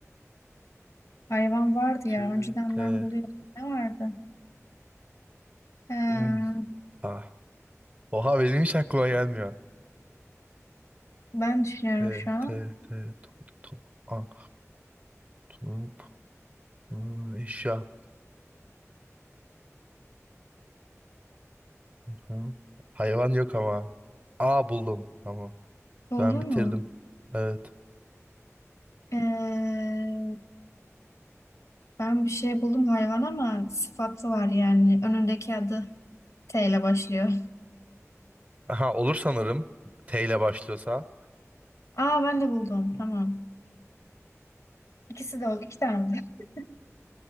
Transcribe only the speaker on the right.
Tü,
T.
Hmm, Ah. Oha benim hiç aklıma gelmiyor.
T,
T, T, top, top, ah, top, hmm, eşya. Ha. Hayvan yok ama. Aa buldum. Tamam.
Ben bitirdim.
Evet.
Aha olur sanırım. T ile başlıyorsa.